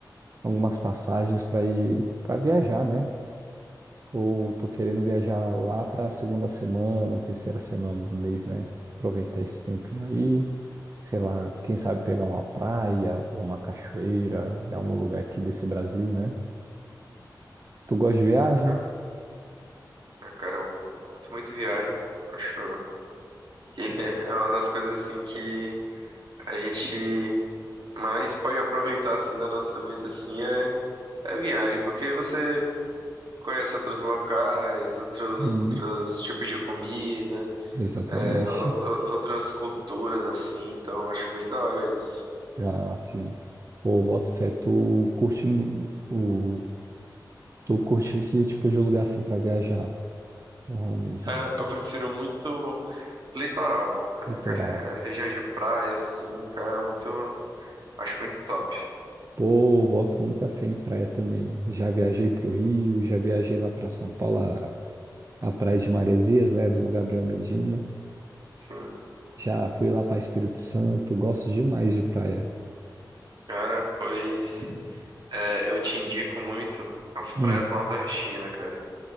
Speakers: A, on the right; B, on the right.
A: algumas passagens pra ir para viajar, né? Ou tô querendo viajar lá para a segunda semana, terceira semana do mês, né? Aproveitar esse tempinho aí, sei lá, quem sabe pegar uma praia ou uma cachoeira, em algum lugar aqui desse Brasil, né? Tu gosta de viagem?
B: cara. Ah, cara, eu, eu curto muito viagem. Acho que <laughs> é uma das coisas assim que a gente mais pode aproveitar assim da nossa vida assim é, é viagem, porque você conhece outros locais, outros
A: Sim,
B: outros tipos de comida,
A: exatamente.
B: é, ou- ou- outras culturas assim. Então, eu acho bem da hora isso.
A: Já assim, pô, boto fé, tu curte mu- o tu curte que tipo de lugar assim para viajar, normalmente,
B: Cara, eu prefiro muito litoral, é,
A: litoral.
B: regiões de praia assim, cara, muito. Acho muito top.
A: Pô, boto muita fé em praia também. Já viajei pro Rio, já viajei lá para São Paulo, a Praia de Maresias, né, do Gabriel Medina.
B: Sim.
A: Já fui lá para Espírito Santo, gosto demais de praia.
B: Cara, pois é, eu te indico muito as praias
A: Hum,
B: nordestinas, cara.